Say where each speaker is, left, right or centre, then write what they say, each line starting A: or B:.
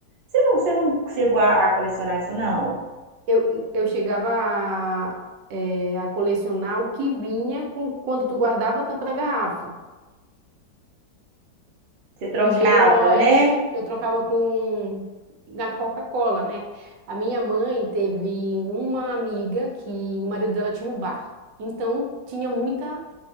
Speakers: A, on the right; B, on the right.
A: Você não, você não chegou a a colecionar isso, não?
B: Eu, eu chegava a, eh, a colecionar o que vinha com, quando tu guardava a tampa da garrafa.
A: Se trocava,
B: Os gelóis
A: né?
B: que eu trocava com na Coca-Cola, né? A minha mãe teve uma amiga que o marido dela tinha um bar. Então tinha muita